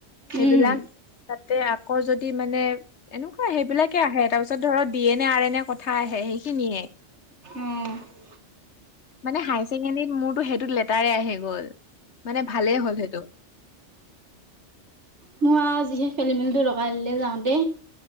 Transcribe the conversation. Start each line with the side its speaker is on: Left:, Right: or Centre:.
Left: সেইবিলাক
Right: উম
Left: তাতে আকৌ যদি মানে- এনকুৱা সেইবিলাকে আহে তাৰপিছত ধৰক দিয়ে এনে আৰ এনে কথা আহে সেইখিনিহে।
Right: উম
Left: মানে হায় ছেকেণ্ডৰীত মোৰতটো সেইটো লেটাৰে আহি গ'ল মানে ভালেই হ'ল সেইটো।
Right: মো আও যিহে খেলি মেলিটো লগাই, দিলে যাওতে।